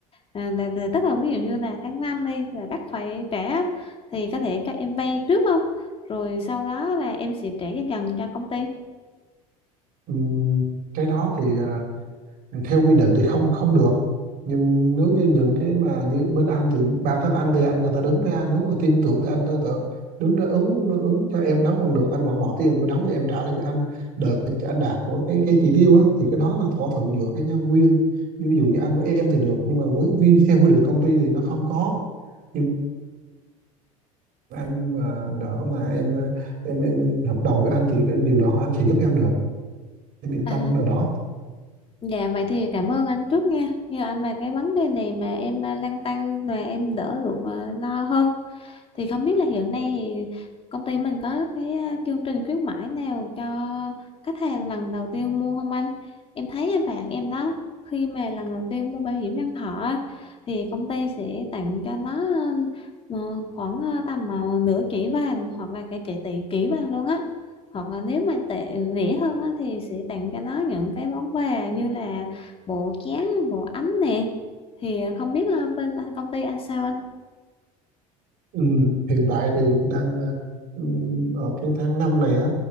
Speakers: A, on the left (about 30°); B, on the right (about 60°).
A: à, là, là, tức là ví dụ như là tháng 5 đi là bắt phải trả thì có thể các em vay trước không? Rồi sau đó là em sẽ trả dần dần cho công ty.
B: Ừm, cái đó thì à, theo quy định thì không không được nhưng nếu như những cái mà như bên anh thì bản thân anh thì anh có thể đứng ra nếu mà tin tưởng thì anh có thể đứng ra ứng ứng cho em đóng bằng được anh vẫn bỏ tiền vô đóng thì em trả lại cho anh đợi cho anh đạt của cái cái chỉ tiêu á thì cái đó là thỏa thuận giữa cái nhân viên như ví dụ như anh với em thì được nhưng mà với vi theo quy định công ty thì nó không có nhưng anh mà đỡ mà em em em hợp đồng với anh thì cái điều đó anh sẽ giúp em được em yên
A: À,
B: tâm vấn đề đó
A: dạ vậy thì cảm ơn anh trước nha. Nhờ anh mà cái vấn đề này mà em à, lăn tăn mà em đỡ được à, lo hơn. Thì không biết là hiện nay thì công ty mình có cái à, chương trình khuyến mãi nào cho khách hàng lần đầu tiên mua không anh? Em thấy à, bạn em đó khi mà lần đầu tiên mua bảo hiểm nhân thọ á, thì công ty sẽ tặng cho nó ờ, khoảng ờ, tầm ờ, nửa chỉ vàng hoặc là cả chỉ tỷ chỉ vàng luôn á. Hoặc là nếu mà tệ rẻ hơn á, thì sẽ tặng cho nó những cái món quà như là bộ chén, bộ ấm nè. Thì không biết ờ, bên à, công ty anh sao anh?
B: Ừ, hiện tại thì đang à, ừm, ở cái tháng 5 này á